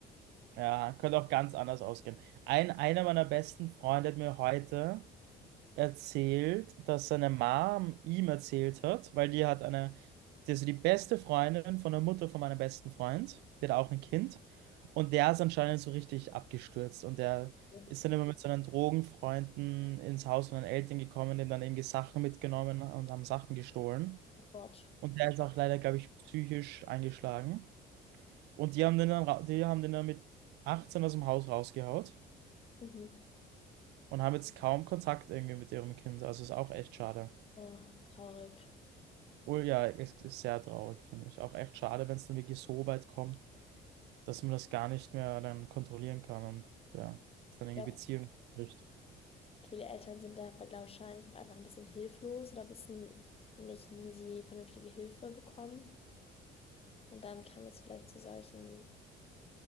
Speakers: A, on the right; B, on the left.
A: ja, könnte auch ganz anders ausgehen. Ein, einer meiner besten Freunde hat mir heute erzählt, dass seine Mom ihm erzählt hat, weil die hat eine, die ist so die beste Freundin von der Mutter von meinem besten Freund, der hat auch ein Kind und der ist anscheinend so richtig abgestürzt und der
B: Mhm.
A: ist dann immer mit seinen Drogenfreunden ins Haus von den Eltern gekommen, denen dann irgendwie Sachen mitgenommen und haben Sachen gestohlen
B: Fort.
A: und der ist auch leider, glaube ich, psychisch eingeschlagen und die haben den dann, ra- die haben den dann mit 18 aus dem Haus rausgehaut
B: Mhm.
A: und haben jetzt kaum Kontakt irgendwie mit ihrem Kind, also ist auch echt schade.
B: Oh, traurig.
A: Oh ja, es ist sehr traurig, finde ich. Auch echt schade, wenn es dann wirklich so weit kommt, dass man das gar nicht mehr dann kontrollieren kann und ja, es dann
B: Ich
A: in
B: glaube,
A: die Beziehung bricht.
B: viele Eltern sind da glaub, wahrscheinlich auch einfach ein bisschen hilflos oder wissen nicht, wie sie vernünftige Hilfe bekommen. Und dann kann es vielleicht zu solchen